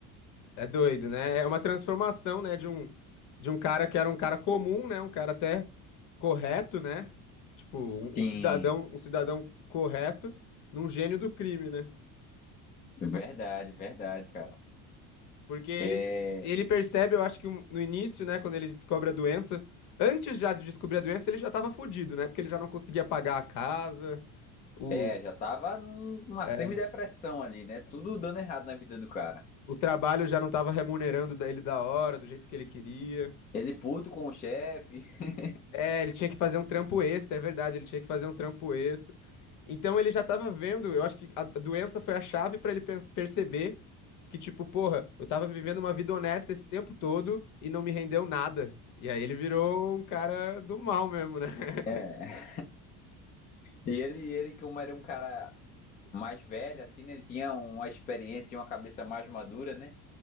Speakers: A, on the left; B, on the left.
A: É doido, né? É uma transformação, né, de um de um cara que era um cara comum, né, um cara até correto, né? Tipo, um,
B: Sim,
A: um cidadão, um cidadão correto num gênio do crime, né?
B: verdade, verdade, cara.
A: Porque ele
B: É,
A: ele percebe, eu acho que um- no início, né, quando ele descobre a doença, antes já de descobrir a doença, ele já tava fudido, né? Porque ele já não conseguia pagar a casa, o
B: é, já tava num- numa
A: é,
B: semidepressão ali, né? Tudo dando errado na vida do cara.
A: o trabalho já não tava remunerando da- ele da hora, do jeito que ele queria.
B: Ele puto com o chefe. <laughs>
A: É, ele tinha que fazer um trampo extra, é verdade, ele tinha que fazer um trampo extra. Então ele já tava vendo, eu acho que a doença foi a chave pra ele pens- perceber que, tipo, porra, eu tava vivendo uma vida honesta esse tempo todo e não me rendeu nada. E aí ele virou um cara do mal mesmo, né? <laughs>
B: É. E ele, ele, como era um cara mais velho, assim, né? Ele tinha uma experiência, tinha uma cabeça mais madura, né?